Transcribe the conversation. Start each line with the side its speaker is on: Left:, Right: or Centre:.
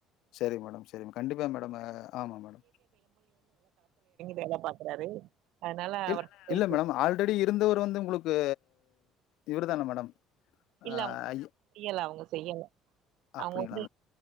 Left: சரி மேடம் சரி மேடம் கண்டிப்பா மேடம் ஆமா மேடம்
Right: வேலை பாக்குறாரு அதனால
Left: இ
Right: அவருக்கு பொறுப்பு
Left: இல்ல மேடம் ஆல்ரெடி இருந்தவர் வந்து உங்களுக்கு இவரு தான மேடம்
Right: இல்ல
Left: அ
Right: அவுங்
Left: ஐ
Right: செய்யல அவுங்க செய்யல
Left: அப்டிங்களா
Right: அவுங்க வந்து